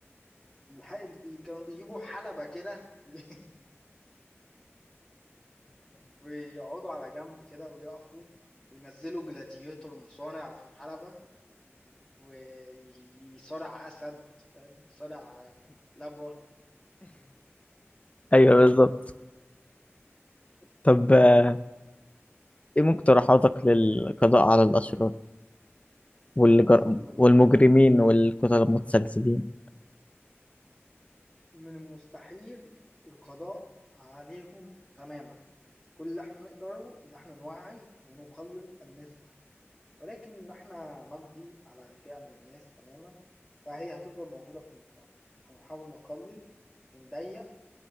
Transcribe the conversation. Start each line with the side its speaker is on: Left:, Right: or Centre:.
Centre: الحق اللي كانوا بيجيبوا حلبة كده <laughs> ويقعدوا على جنب كده ويقفوا وينزلوا جلاديتور مصارع في الحلبة ويصارع أسد فاهم يصارع لبوة
Left: أيوة بالظبط طب آه، ايه مقترحاتك للقضاء على الأشرار والجر...
Centre: والله
Left: والمجرمين
Centre: يعني
Left: والقتلة المتسلسلين
Centre: من المستحيل القضاء عليهم تماما كل اللي احنا نقدره اللي احنا نوعي ونقلل النسبة ولكن إن احنا نقضي على فئة من الناس تماما فهي هتفضل موجودة في المجتمع هنحاول نقلل ونضيق